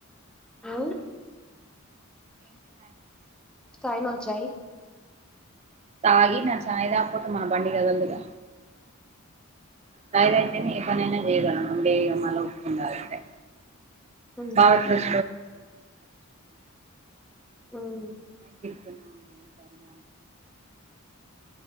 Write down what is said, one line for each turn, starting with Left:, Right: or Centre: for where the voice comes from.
Centre: అవు
Right: ఏంటి మ్యాటర్స్
Centre: తైమొచ్చాయి
Right: తాగినా చాయ్ తాగ్పోతే మన బండి కదలదు నాదైయితేనే ఏ పనైనా చేయగలమండి మళ్ళా ఒప్పుకుండాలంటే.
Centre: ఉమ్
Right: భావత్ ప్రశ
Centre: ఉమ్
Right: కిఫ <unintelligible> పల.